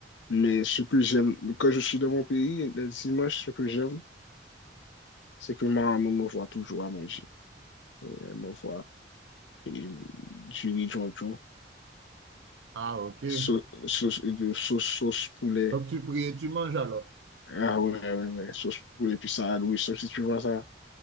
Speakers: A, on the left; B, on the right.
A: mais ce que j'aime quand je suis dans mon pays, le dimanche, se ke jem, se ke ma maman me voit toujou manger manje. Elle me voit et du jiri jonjon,
B: Ah, ok.
A: sau- sauce de sauce, sauce poulet,
B: Donc tu pries et tu manges alors.
A: ah ouais, ouais, ouais, sauce poulet, puis ça, oui, sauf si tu vois ça,